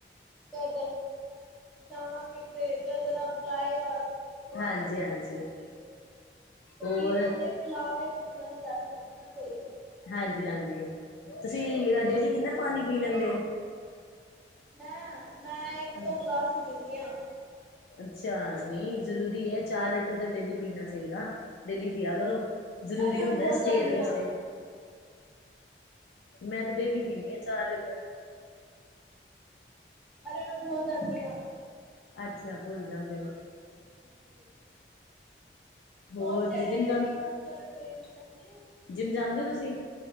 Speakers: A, in the centre; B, on the left (about 75°).
A: ਕਦ? ਜਾਵਾਂਗੇ ਤੇ ਜਦ ਰੱਬ ਬੁਲਾਏਗਾ <unintelligible>
B: ਹਾਂਜੀ ਹਾਂਜੀ
A: ਕਿਉਂਕਿ
B: ਹੋਰ
A: ਉਹਦੇ ਬੁਲਾਵੇ ਤੋਂ ਬਿਨਾ ਨਹੀਂ ਜਾ ਸਕਦਾ ਨਾ ਕੋਈ।
B: ਹਾਂਜੀ, ਹਾਂਜੀ ਤੁਸੀਂ ਡੇਲੀ ਕਿੰਨਾ ਪਾਣੀ ਪੀ ਲੈਂਦੇ ਹੋ?
A: ਮੈਂ, ਮੈਂ ਇੱਕ ਦੋ
B: ਹਾਂਜੀ।
A: ਗਲਾਸ ਹੀ ਪੀਨੀਂ ਆਂ।
B: ਅੱਛਾ, ਨੀਂ ਜ਼ਰੂਰੀ ਹੈ ਚਾਰ ਲੀਟਰ ਦਾ ਡੇਲੀ ਪੀਣਾ ਚਾਹੀਦਾ। ਡੇਲੀ ਪਿਆ ਕਰੋ ਜ਼ਰੂਰੀ
A: ਅਰੇ ਮੈਂ
B: ਹੁੰਦਾ
A: ਭੁੱਲ
B: ਏ
A: ਜਾਂਨੀ
B: ਸਿਹਤ ਵਾਸਤੇ।
A: ਆ।
B: ਮੈਂ ਤੇ ਡੇਲੀ ਪੀਨੀ ਆਂ ਚਾਰ ਲੀਟਰ।
A: ਅਰੇ, ਮੈਂ ਭੂਲ ਜਾਂਦੀ ਹਾਂ।
B: ਅੱਛਾ ਭੁੱਲ ਜਾਂਦੇ ਹੋ।
A: ਹਾਂਜੀ।
B: ਹੋਰ
A: ਸੋਚਿਆ
B: ਤੁਸੀਂ
A: ਏ
B: ਜਿੰਮ
A: ਪੀਵਾਂ ਕਰਾਂਗੇ ਹਾਂਜੀ।
B: ਜਿਮ ਜਾਂਦੇ ਹੋ ਤੁਸੀਂ?